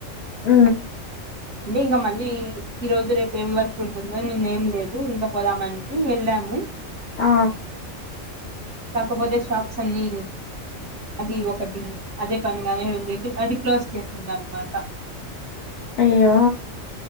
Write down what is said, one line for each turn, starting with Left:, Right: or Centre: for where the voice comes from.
Left: ఊ
Right: అంటే ఇంకా మళ్ళీ ఈ రోజు రేపు ఏం వర్క్ ఉంటుందో నిన్నేం లేదు ఇంక పోదామనింది వెళ్ళా అము
Left: ఆ
Right: కాకపోతే షాప్స్ అన్నీ అది ఒకటి అదే పనిగానే వెళ్ళి అది క్లోజ్ చేసిండ్రనమాట
Left: అయ్యో